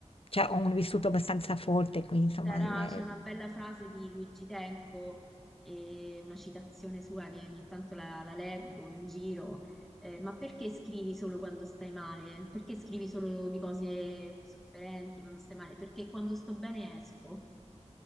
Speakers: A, on the left; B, in the centre.
A: cioè, ho un vissuto abbastanza forte, quindi insomma...
B: c'era-
A: le-
B: c'è una bella frase di Luigi Tenco, e una citazione sua che ogni tanto la, la leggo in giro. eh, ma perché scrivi solo quando stai male? Perché scrivi solo di cose sofferenti quando stai male? Perché quando sto bene esco.